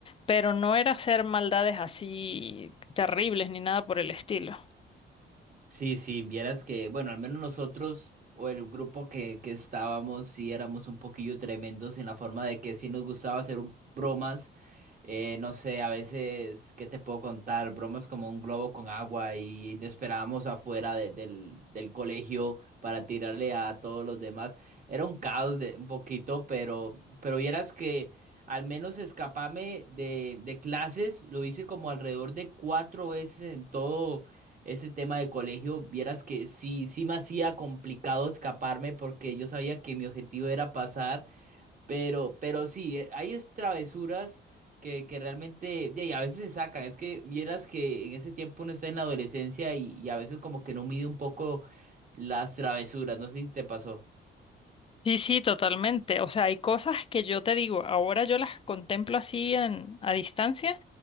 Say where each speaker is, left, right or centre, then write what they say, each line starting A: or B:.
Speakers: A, on the left; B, on the right.
A: pero no era hacer maldades así terribles ni nada por el estilo.
B: Sí, sí, vieras que, bueno, al menos nosotros o el grupo que, que estábamos, sí éramos un poquillo tremendos en la forma de que sí nos gustaba hacer un- bromas. Eh, no sé, a veces, ¿qué te puedo contar? Bromas como un globo con agua y nos esperábamos afuera de- del, del colegio para tirarle a todos los demás. Era un caos de un poquito, pero, pero vieras que al menos escaparme de, de clases lo hice como alrededor de cuatro veces en todo ese tema de colegio. Vieras que sí, sí me hacía complicado escaparme porque yo sabía que mi objetivo era pasar. Pero, pero sí, eh, hay es travesuras que, que realmente, de ahí, a veces se sacan. Es que vieras que en ese tiempo uno está en la adolescencia y, y a veces como que no mide un poco las travesuras. No sé si te pasó.
A: Sí, sí, totalmente. O sea, hay cosas que yo te digo, ahora yo las contemplo así en- a distancia